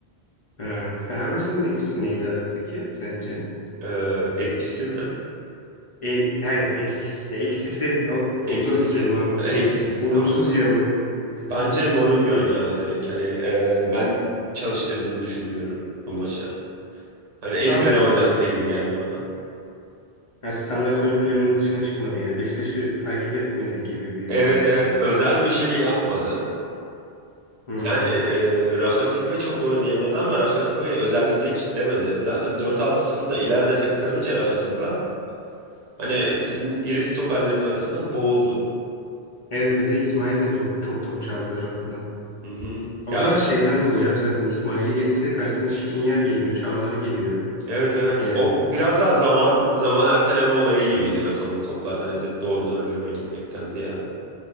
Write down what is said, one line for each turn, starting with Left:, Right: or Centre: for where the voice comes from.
Left: Ha, Fenerbahçe'nin eksisi neydi abi peki sence?
Right: E, etkisi mi?
Left: E, hayır eskisi, eksisi o, çok
Right: Eksisi.
Left: zor bir kelime abi
Right: <laughs>
Left: bu.
Right: Eksisi
Left: Olumsuz
Right: tamam.
Left: yanı.
Right: Bence
Left: <laughs>
Right: Mourinho ya direkt hani e, ben çalıştırdığını düşünmüyorum bu maça. Hani ezbere
Left: Allah
Right: oynattı
Left: Allah.
Right: gibi geldi bana.
Left: Ha, standart oyun planının dışına çıkmadı yani. Beşiktaş'ı takip etmedi gibi bir yorum
Right: Evet
Left: mu?
Right: evet özel bir şey yapmadı.
Left: Hmm.
Right: Yani e, Rafa Silva çok oynayamadı ama Rafa Silva'yı özellikle kitlemedi. Zaten dört altı sıfırda ileride tek kalınca Rafa Silva hani sizin iri stoperlerin arasında boğuldu.
Left: Evet bir de İsmail de çok, çok top çaldı Rafa'dan.
Right: Hı hı.
Left: O
Right: Ya
Left: da şeyden dolayı abi zaten İsmail'i geçse karşısına Şikrinyar geliyor, Çağlar geliyor.
Right: evet evet
Left: Yani.
Right: o biraz daha zaman zaman erteleme olayı gibiydi Rafa'nın toplar hani de- doğrudan hücuma gitmekten ziyade.